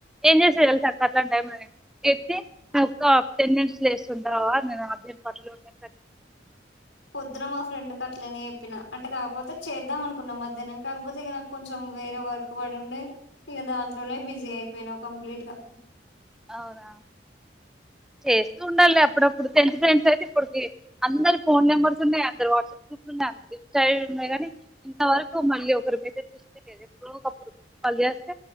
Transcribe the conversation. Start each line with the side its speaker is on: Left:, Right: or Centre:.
Centre: ఏం చేష తెల్సా అక్ గట్లాంటైమ్ లోనే ఎత్తి ఒ టెన్ మినిట్స్ లేస్తుంటావా నేను అదే పనులు ఉన్నా
Left: పొద్దున మా ఫ్రెండ్కి అట్లనేప్పినా అంటే కాకపోతే చేద్దాం అనుకున్నాం. మధ్యాహ్నం కాకపోతే ఇక నాకు కొంచెం వేరే వర్క్ పడి ఉండే ఇక దాంట్లోనే బిజీ అయిపోయినాం కంప్లీట్ గా
Centre: అవునా చేస్తూ ఉండాలి అప్పుడప్పుడు టెన్త్ ఫ్రెండ్స్ అయితే ఇప్పడుకి అందరు ఫోన్ నెంబర్స్ ఉన్నాయి. అందరు వాట్సాప్ గ్రూప్ లో త ఈ సైడ్ ఉన్నా కానీ ఇంతవరకు మళ్ళీ ఒకరి మెసేజ్ లేదు ఎప్పుడో ఒకప్పుడు చేస్త